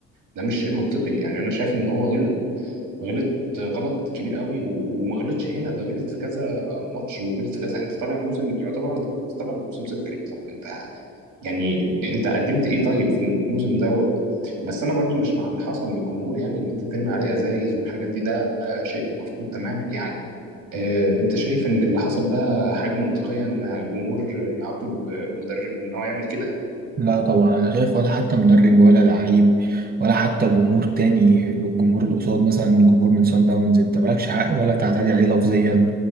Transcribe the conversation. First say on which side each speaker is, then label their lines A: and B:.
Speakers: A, on the right; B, on the right.
A: ده مش شيء منطقي يعني انا شايف ان هو غلط غلط غلط كبير قوي و... وما غلطش هنا ده غلط في كذا ماتش وغلط في كذا انت طالع موسم يعتبر انت طالع بموسم صفري طب انت يعني انت قدمت ايه طيب في الموسم دوت بس انا برضو مش مع اللي حصل من الجمهور يعني ان انت ترمي عليه ازايز والحاجات دي ده شيء مرفوض تماما يعني اه انت شايف ان اللي حصل ده حاجة منطقية ان الجمهور يعاقب مدرب ان هو يعمل كده
B: لا طبعا انا شايف ولا حتى مدرب ولا لعيب ولا حتى جمهور تاني الجمهور اللي قصاد مثلا جمهور من سان داونز انت مالكش حق ولا تعتدي عليه لفظيا